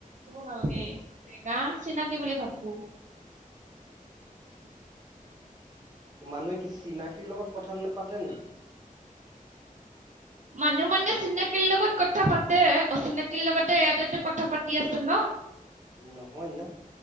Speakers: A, on the right; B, on the right.
A: নালাগে চিনিকি বুলি ভাবো
B: ত মানুহে কি চিনাকীৰ লগত কথা নাপাতে নেকি?
A: মানুহ মানে চিনাকীৰ লগত কথা পাতে অচিনাকিৰ লগতে ইয়াতেতো কথা পাতি আছে ন
B: <inaudible> নহয় না